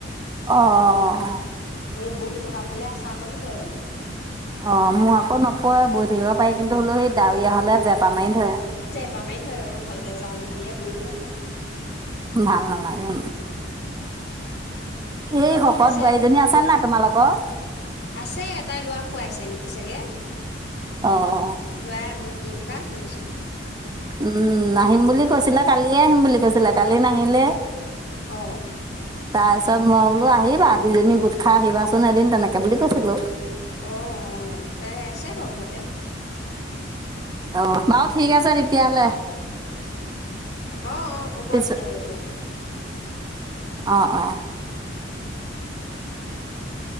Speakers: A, on the right; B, on the left.
A: অ, অ, অ, অ
B: এই বহি থকা ফালে আচাকণী পৰে মানে?
A: অঁ মোৰ আকৌ নপৰে বৈ থাকিব পাৰি কিন্তু হলেও সেই ডাৱৰীয়া হলে জেপা- আমাই ধৰা
B: পা মাৰি ধৰে অ ভাল গেজাল নিদিয়ে বৈ ভাল নালাগে।
A: ভাল নালাগে
B: উম উম
A: এই
B: বাৰু
A: শকত
B: ঠিক আছে
A: বোৱাৰীজনী আছা নে না তোমালো- ক
B: আছে, এটাই লোৱা খোৱাইছে নেকি চাগে।
A: অঁ
B: লৈ আমনি কৈ থকাই শুনিছিলো
A: উম নাহিম বুলি কৈছিলে কালিয়ে আহিম বুলি কৈছিলে কালি নাহিলে
B: অহ
A: তাৰ পিছত মই বোলো আহিবা দুইজনী গোট খাই আহিবাচোন এদিন তেনেকে বুলি কৈছিলো।
B: অহ অহ তাই আছে বাৰু ঘৰতে।
A: অ বাৰু ঠিক আছে তেতিয়াহলে
B: অ অ হ'ব
A: পিছত
B: তেতিয়াহ'লে দিয়া।
A: অ অ
B: অ।